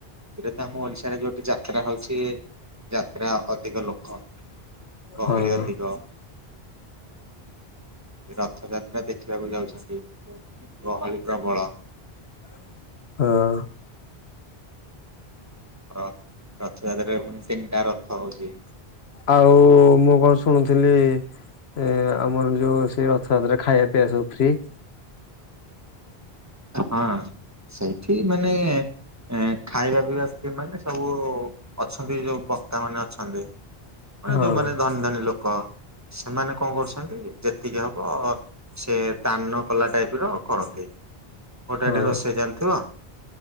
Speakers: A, on the right (about 15°); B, on the left (about 80°).
A: ଏଇଟା ତ ଆମ ଓଡିଶାରେ ଯୋଉଠି ଯାତ୍ରା ହଉଛି ଯାତ୍ରା ଅଧିକ ଲୋକ। ଗହଳି
B: ହଁ
A: ଅଧିକ ରଥଯାତ୍ରା ଦେ ଖୀବାକୁ ଯାଉଛନ୍ତି ଗହଳି ପ୍ରବଳ।
B: ହଁ।
A: ର ରଥଯାତ୍ରାରେ ଫୁଣି ତିନିଟା ରଥ ହଉଛି।
B: ଆଉ ମୁଁ କଣ ଶୁଣୁଥିଲି ଏ ଆମର ଯୋଉ ସେଇ ରଥଯାତ୍ରରେ ଖାଇବା ପିଇବା ସବୁ ଫ୍ରି।
A: ହଁ ସେଇଠି ମାନେ ଏ ଖାଇବା ପିଇବା ଫ୍ରି ମାନେ ସବୁ ଅଛନ୍ତି ଯୋଉ ବକ୍ତା ମାନେ ଅଛନ୍ତି ମାନେ
B: ହଁ
A: ଯୋଉମାନେ ଧନୀ-ଧନୀ ଲୋକ ସେମାନେ କଣ କରୁଛନ୍ତି ଯେତିକି ହବ ସେ ତାନ କଲା ଟାଇପ୍ ର କରନ୍ତି, ଗୋଟେ
B: ହଁ
A: ପଟେ ରୋଷେଇ ଚାଲିଥିଵ